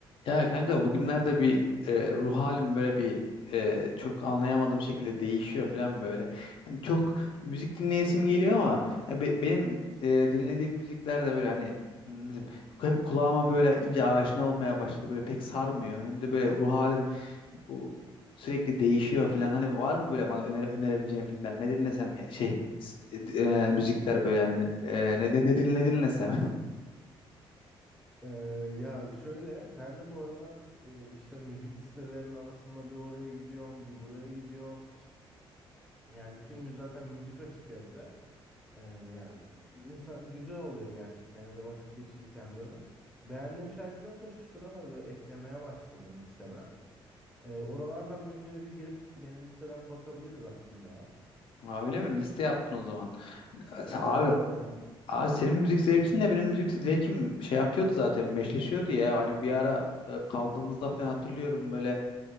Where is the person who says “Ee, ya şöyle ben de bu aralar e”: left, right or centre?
Centre